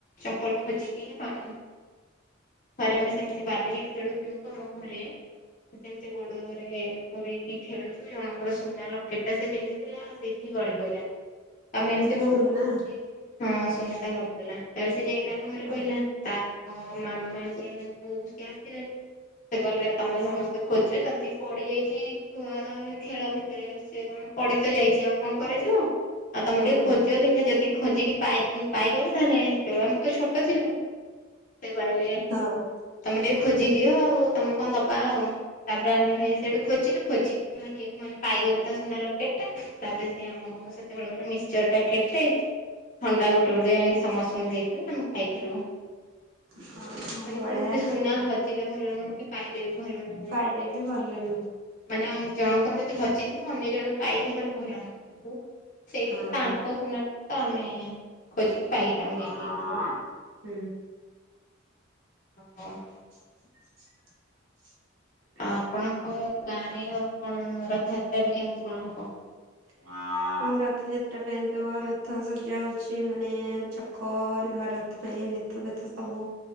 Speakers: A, on the left; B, on the right.
A: ଚପଲ ଖୋଜି ଖୋଜିକି ପାଉନୁ ଥରେ ଆମେ ସେମିତି ବାଲିରେ ଖେଳୁଛୁ ଆମ ଘରେ ସେମିତି ଗୋଡରେ ପୁରେଇକି ଖେଳୁଛୁ ଜଣ ଙ୍କର ଗୋଟେ ସୁନା ଲକେଟ ଟା ସେ ପିନ୍ଧିଥିଲା ଆଉ ସେଇଠି ଗଳି ପଇଲା। ତମେ
B: ହଁ
A: ଏମିତି ବହୁତ
B: ସୁନା
A: ଖୋଜୁ ହଁ ସୁନାଟା ଗଳି ପଡ଼ିଲା ତ ସେ ଯାଇକି ତାଙ୍କ ଘରେ
B: ହଁ
A: କହିଲା ତା ହ ମାମା ଯିଏ ମାନେ ବୋଉ ସିଏ ଆସିଲେ ସେ କଲେ ତମେ ସମସ୍ତେ ଖୋଜ ଯଦି ପଡିଯାଇଛି ଛୁଆ ଖେଳ ଭିତରେ ସେ କଣ ପଡିତ ଯାଇଛି ଆଉ କଣ କରାଯିବ? ଆଉ ତମେ
B: ହଁ।
A: ଟିକେ ଖୋଜି ଦେଖିବା ଯଦି ଖୋଜିକି ପାଇଗଲେ ତାହେଲେ ସେତେବେଳେ ଆମ ତ ଛୋଟଥିଲୁ ସେ କହିଲେ
B: ହଁ
A: ତମେ ଟିକେ ଖୋଜିଦିଅ ଆଉ ତମେ କଣ ଦବା ଆଉ ତାପରେ ଆମେ ସେଇଠୁ ଖୋଜିଲୁ ଖୋଜିକି ଏକୁ ମାନେ ପାଇଗଲୁ ତା ସୁନା ଲକେଟ ଟା ତାପରେ ସିଏ ଆମକୁ ସେତେବେଳେ ଗୋଟେ ମିକ୍କଚର ପ୍ୟାକେଟ୍ ଟେ ଥଣ୍ଡା ଗୋଟେ ଗୋଟେ ଆଣିକି ସମସ୍ତଙ୍କୁ ଦେଇଥିଲେ ଆମେ ଖାଇଥିଲୁ।
B: ହଁ ହଁ।
A: ମାନେ କୁହନ୍ତି
B: ବଢିଆ
A: ସୁନା ହଜିଲେ ଭଲ ନୁହଁ କି ପାଇଲେ ବି ଭଲ ନୁହେଁ।
B: ପାଇଲେ ବି ଭଲ ନୁହଁ।
A: ମାନେ ଜଣଙ୍କର ଯଦି ହଜିଥିବ ଅନ୍ୟ ଜଣ ପାଇଲେ ମାନେ ଭଲ ନୁହଁ ସେଇଠି
B: ହଁ।
A: ତ ତାଙ୍କ ସୁନା ଟା ତ ଆମେ ଖୋଜିକି ପାଇକି ତାଙ୍କୁ ଦେଇ
B: <inaudible>
A: ଦେଇଥିଲୁ।
B: ହୁଁ।
A: ହଁ ହଁ।
B: <inaudible>
A: ଆପଣଙ୍କ ଗାଁରେ ଆଉ କଣ ରଥଯାତ୍ରା ବି କେମିତି କଣ ହବ?
B: <inaudible> ଆ ରଥ ଯାତ୍ରା ପାଇଁ ତ ରଥ ସଜା ହଉଛି ମାନେ ଚକ ନୂଆ ରଥ ପାଇଁ ତ ସବୁ